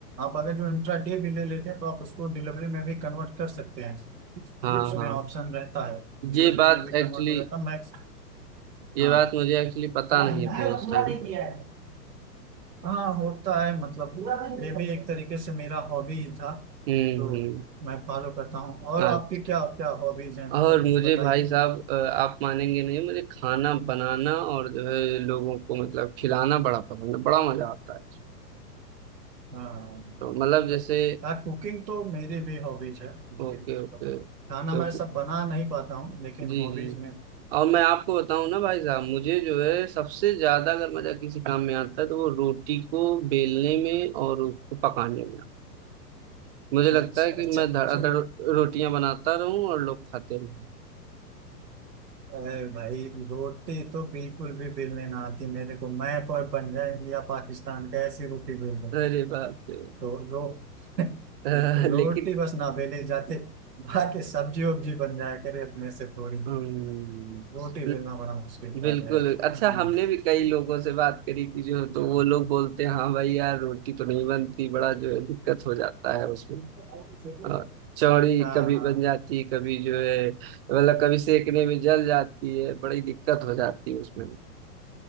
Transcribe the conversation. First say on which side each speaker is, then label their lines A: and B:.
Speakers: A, on the right (about 75°); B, on the right (about 35°).
A: आप अगर जो इंट्रा डे भी ले लेते हैं तो आप उसको डिलीवरी में भी कन्वर्ट कर सकते हैं
B: हाँ
A: उसमें
B: हाँ
A: ऑप्शन रहता है डिलीवरी
B: ये बात
A: में भी कन्वर्ट
B: एक्चुअली
A: हो जाता है मैक्स
B: ये
A: हाँ
B: बात मुझे एक्चुअली पता
A: यार,
B: नहीं थी उस
A: पूरा
B: टाइम
A: नहीं किया
B: पे
A: है हाँ होता है मतलब पूरा नहीं ये किया भी एक तरीके से मेरा हॉबी ही था
B: हम्म
A: तो
B: हम्म
A: मैं फॉलो करता हूँ और
B: आज-
A: आपकी क्या क्या हॉबीज हैं मतलब
B: और मुझे
A: कुछ बताइए
B: भाई साहब अ, आप मानेंगे नहीं मुझे खाना बनाना और जो है लोगों को मतलब खिलाना बड़ा पसंद है बड़ा मजा आता है
A: हाँ मतलब,
B: तो मतलब जैसे
A: हाँ कुकिंग तो मेरी भी हॉबीज है लेकिन
B: Okay
A: मतलब
B: okay
A: खाना
B: तो
A: मैं सब बना नहीं पाता हूँ लेकिन
B: जी
A: हॉबीज
B: जी
A: में
B: और मैं आपको बताऊं ना भाई साहब मुझे जो है सबसे ज्यादा अगर मजा किसी काम में आता है तो वो रोटी को बेलने में और उसको पकाने में आता है। मुझे लगता
A: अच्छा
B: है कि
A: अच्छा
B: मैं धड़ाधड़
A: रो,
B: रोटियां बनाता रहूं और लोग खाते रहें
A: अरे भाई रोटी तो बिल्कुल भी बेलने ना आती मेरे को मैं पर बन जाए इंडिया पाकिस्तान का ऐसी रोटी बेल दो
B: अरे बाप रे
A: तो रो <laughs> रो-
B: अह, लेकिन
A: रोटी बस ना बेले जाते बाकी सब्जी वब्जी बन जाया करे अपने से थोड़ी
B: हम्म,
A: रोटी
B: बिल-
A: बेलना बड़ा मुश्किल कार्य
B: बिल्कुल
A: है हम्म,
B: अच्छा हमने भी कई लोगों से बात करी थी जो तो वो लोग बोलते हैं हाँ भाई यार रोटी तो नहीं बनती बड़ा जो है दिक्कत हो जाता है उसमें
A: <laughs>
B: और चौड़ी
A: हाँ
B: कभी
A: हाँ
B: बन जाती कभी जो है मतलब कभी सेकने में जल जाती है बड़ी दिक्कत हो जाती है उसमें